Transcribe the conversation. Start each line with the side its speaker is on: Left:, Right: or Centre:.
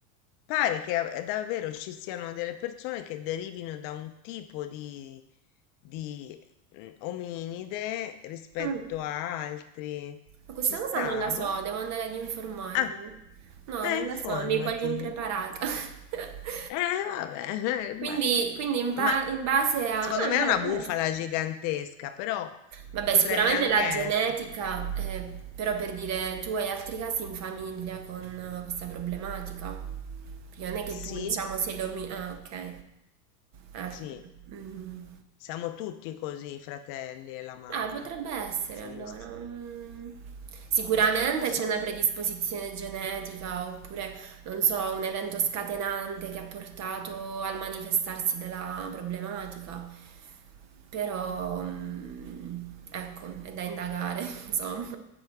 Left: pare che eh, davvero ci siano delle persone che derivino da un tipo di, di mm, ominide rispetto
Right: Mm.
Left: a altri.
Right: Ma questa
Left: Ci sta?
Right: cosa non la so,
Left: Boh?
Right: devo andare ad informarmi.
Left: Ah,
Right: No, non
Left: eh, informati.
Right: la so, mi coglie impreparata. <laughs>
Left: Eh, vabbè, <laughs> eh,
Right: Quindi,
Left: ma,
Right: quindi in, ba-
Left: ma
Right: in base a...
Left: secondo
Right: Ah,
Left: me
Right: beh,
Left: è una
Right: questo.
Left: bufala gigantesca, però
Right: Vabbè,
Left: potrebbe
Right: sicuramente
Left: anche
Right: la
Left: essere.
Right: genetica, eh, però per dire, tu hai altri casi in famiglia con eh, questa problematica? Perché non è che
Left: Sì,
Right: tu, diciamo, sei l'omino... Ah, ok. Altri.
Left: sì,
Right: Mm.
Left: siamo tutti così, i fratelli e la mamma.
Right: Ah, potrebbe essere
Left: Siamo,
Right: allora.
Left: s-
Right: mm. Sicuramente
Left: lo so,
Right: c'è una predisposizione genetica oppure, non so, un evento scatenante che ha portato al manifestarsi della problematica. Però,
Left: eh,
Right: mm, ecco, è da indagare, <laughs> insomma.